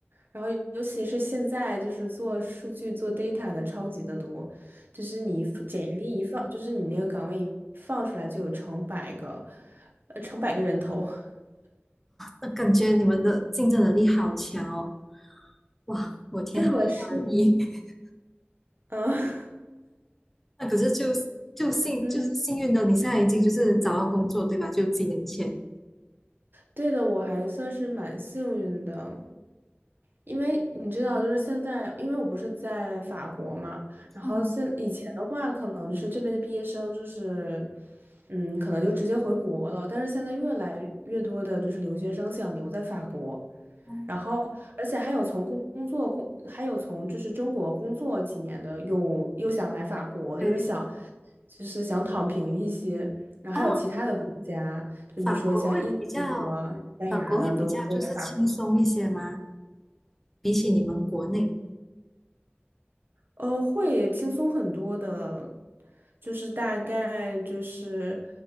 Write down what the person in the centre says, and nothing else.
那感觉你们的竞争能力好强哦！哇，我天，
好压力。
<laughs>
那可是就就幸就是幸运的，
你现在已经就是找到工作，对吧？就几年前。
嗯
嗯，
对，
哦，
法国会比较，
法国会比较就是轻松一些吗？
比起你们国内，